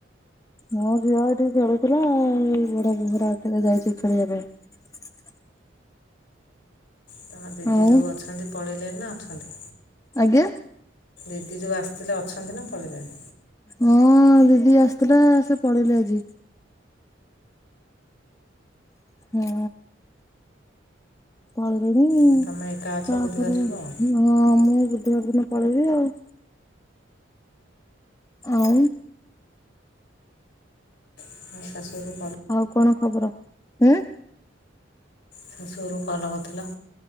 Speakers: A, on the left; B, on the left.
A: ହଁ ଝିଅ ଟିକି ଖେଳୁଥିଲା ଏଇ ବଡ ଫରା ଖେ ଯାଇଛି ଖେଳିବା ପାଇଁ
B: ତମ ଦିଦି
A: ଆଉ
B: ଯେଉଁ ଅଛନ୍ତି। ପଳେଇିଲେନ ନା ଅଛନ୍ତି।
A: ଆଜ୍ଞା।
B: ଦିଦି ଯୋଉ ଆସିଥିଲେ ଅଛନ୍ତି ନା ପଳିଲେଣି
A: ହଁ ଦିଦି ଆସିଥିଲା ସେ ପଳେଇଲେ ଆଜି। ହଁ ପଳେ <unintelligible>
B: ଆଉ ତମେ ଏକା ଅଛ
A: ତାପରେ
B: ବୁଧବାର ଯିବ ଆଉ
A: ମୁଁ ବୁଧବାର ଦିନ ପଳେଇବି ଆଉ ଆଉ
B: <unintelligible> ସରୁୁ
A: ଆଉ କଣ ଖବର? ହ୍ନୁ
B: ଶାଶୁ ଘରକୁ କଲ କରିଥିଲ।